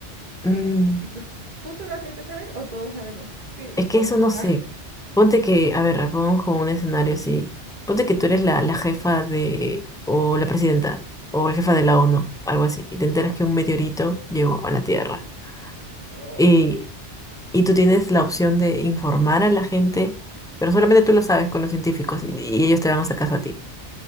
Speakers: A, on the right; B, in the centre.
A: Eh,
B: Mm,
A: si tú, tú solamente sabes o todos sabemos, ¿qué,
B: es
A: cómo?
B: que eso no sé.
A: <laughs>
B: Ponte que, a ver, pongamos como un escenario así. Ponte que tú eres la, la jefa de, o la presidenta, o el jefa de la ONU, algo así, y te enteras que un meteorito llegó a la Tierra.
A: Ah,
B: y
A: ay.
B: y tú tienes la opción de informar a la gente, pero solamente tú lo sabes con los científicos y, y ellos te van a hacer caso a ti.